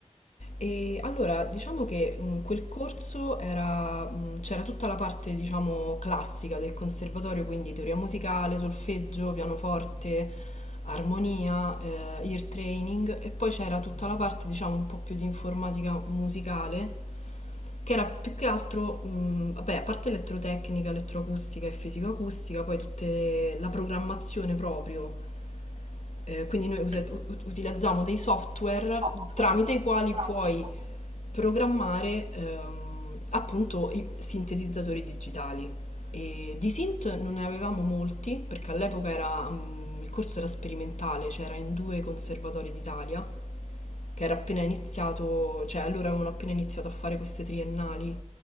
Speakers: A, on the left; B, on the right.
A: E allora, diciamo che mh, quel corso era, mh, c'era tutta la parte, diciamo, classica del conservatorio, quindi teoria musicale, solfeggio, pianoforte, armonia, eh, ear training, e poi c'era tutta la parte, diciamo, un po' più di informatica musicale che era più che altro, mh, vabbè, a parte elettrotecnica, elettroacustica e fisicoacustica, poi tutta la programmazione proprio. Eh, quindi noi usi-
B: Ecco,
A: u- utilizziamo dei software
B: software
A: tramite i quali
B: tramite
A: puoi
B: il
A: programmare ehm, appunto i sintetizzatori digitali. E di synth non ne avevamo molti perché all'epoca era, mh, il corso era sperimentale, cioè era in due conservatori d'Italia, che era appena iniziato, cioè allora avevano appena iniziato a fare queste triennali